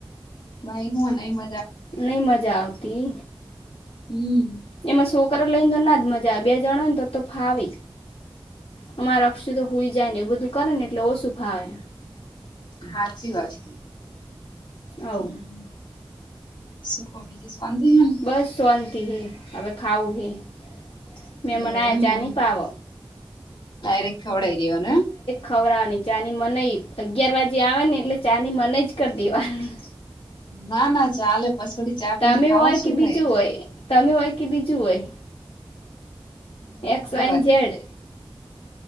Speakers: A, on the left; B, on the left.
A: ભાઈ મનાઈ મ
B: નહી, મજા આવતી
A: હમ
B: એમાં છોકરા, લઈ ને તો ના જ મજા બે જણ હોય, ને તો તો ફાવે અમા અક્ષ તો હોઈ, જાય ને એવું બધું કરે ને એટલે ઓછું ફાવે
A: હાચી વાત છે
B: હવ
A: હમ સુ કો બીજી શૌતિ હૈ
B: બસ શૌતિ હૈ અગ ખાઉ હું
A: ને
B: મેંમોન
A: એવું
B: આયા
A: એમ
B: ચા
A: એમ
B: ની પાવ
A: ડાયરેક્ટ ખવડાવી દેવાનું એમ.
B: ખવરાવાની ચાની મનઈ અગિયાર વાજે આવે ને એટલે ચાની મનઇજ કરી દેવાની.
A: ના ના ચાલે. પસોડી ચા પીને
B: તમે
A: ખાવા
B: હોય
A: શું
B: કે બીજું
A: કઈ
B: હોય તમે હોય કે બીજું હોય.
A: હાચી
B: એક્સ વાય
A: વાત
B: ઝેડ
A: હે.